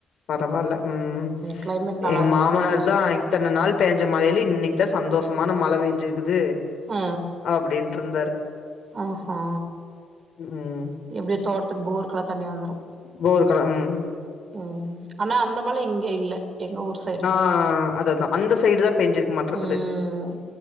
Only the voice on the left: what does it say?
பரவால்ல ம்
எங்க
மாமனார்தா
இத்தனனாள் பேஞ்ச மழைல இன்னிக்தா சந்தோஷமான மழ பேஞ்சிருக்குது
அப்டின்ட்ருந்தாரு
ம்
போருக்கெலா ம்
ஆ அதுதா அந்த சைடுதா பேஞ்சிருக்குமாட்ருக்குது